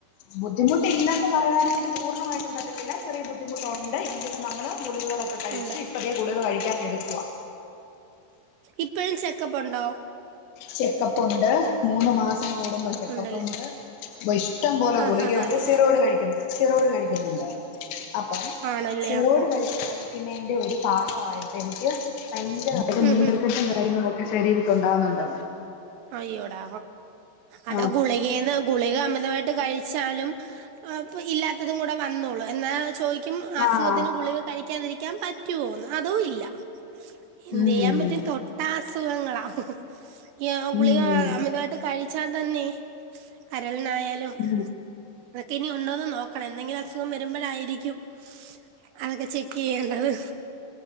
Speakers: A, on the left (about 75°); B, on the right (about 75°).
A: ബുദ്ധിമുട്ടി ഇല്ലെന്ന് പറയാനായിട്ട് പൂർണ്ണമായിട്ടും പറ്റത്തില്ല ചെറിയ ബുദ്ധിമുട്ട് - ബുദ്ധിമുട്ടുണ്ട് എങ്കിലും നമ്മള് ഗുളികളൊക്കെ കഴിച്ച്
B: ഉണ്ട്
A: ഇപ്പ ദേ ഗുളിക കഴിക്കാൻ എടുക്കുവ
B: ഇപ്പോഴും ചെക്കപ്പ്ണ്ടോ
A: ചെക്കപ്പ് ഉണ്ട് മൂന്ന് മാസം കൂടുമ്പോ ചെക്കപ്പുണ്ട്
B: ഉണ്ടല്ലേ
A: വ ഇഷ്ടം പോലെ
B: ആഹ്
A: ഗുളികയുണ്ട്
B: ആഹ് ആഹ്
A: സിറോയിഡ് കഴിക്കുന്നു സിറോയിഡ് കഴിക്കുന്നുണ്ട് അപ്പം
B: ആണല്ലേ
A: സിറോയിഡ്
B: ആഹ് ആഹ്
A: കഴിച്ചാല്
B: ആഹ്
A: ഒരു എൻ്റെ ഭാഗമായിട്ട് എനിക്ക് ഭയങ്കരമായിട്ട്
B: ഉം
A: നീർക്കെട്ടും
B: ഉം
A: ക കാര്യങ്ങളൊക്കെ ശരീരത്തുണ്ടാവുന്നുണ്ട്
B: അയ്യോടാ അതാ
A: ആഹ്
B: ഗുളികേന്ന് ഗുളിക അമിതമായിട്ട് കഴിച്ച് ച്ചാലും ഇല്ലാത്തതും കൂടെ വന്നോളും എന്നാ ചോദിക്കും അസുഖത്തിന്
A: ആഹ്
B: ഗുളിക കഴിക്കാതിരിക്കാൻ പറ്റോ അതും ഇല്ല എന്ത്
A: ഉം
B: ചെയ്യൻ പറ്റും തൊട്ടാ തൊട്ടാ അസുഖങ്ങളാ നിയാ ഗുളിക
A: ഉം
B: അമിതമായിട്ട് കഴിച്ചാൽ തന്നെ കരളിനായാലും
A: ഉം
B: അതക്കെ ഇനി ഉണ്ടോന്ന് നോക്കണം എന്തെങ്കിലും അസുഖം വരുമ്പോഴായിരിക്കും അതൊക്കെ ചെക്കയ്യേണ്ടത്